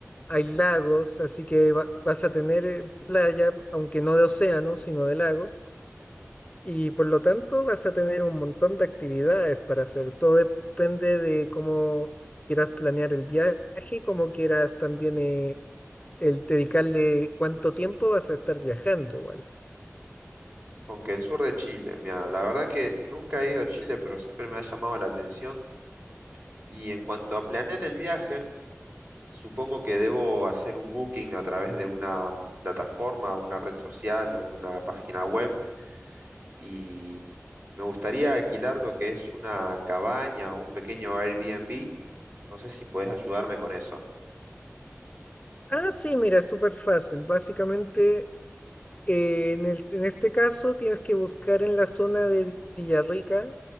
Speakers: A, on the left; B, on the right.
A: hay lagos, así que va- vas a tener eh, playa, aunque no de océano, sino de lagos. Y por lo tanto vas a tener un montón de actividades para hacer. Todo depende de cómo quieras planear el viaje, cómo quieras también eh, el dedicarle cuánto tiempo vas a estar viajando igual.
B: Con que el sur de Chile, mira, la verdad que nunca he ido a Chile, pero siempre me ha llamado la atención. Y en cuanto a planear el viaje, supongo que debo hacer un booking a través de una plataforma, una red social o una página web. y me gustaría alquilar lo que es una cabaña o un pequeño Airbnb. No sé si puedes ayudarme con eso.
A: Ah, sí, mira, es súper fácil. Básicamente, eh, en el- en este caso tienes que buscar en la zona de Villarrica,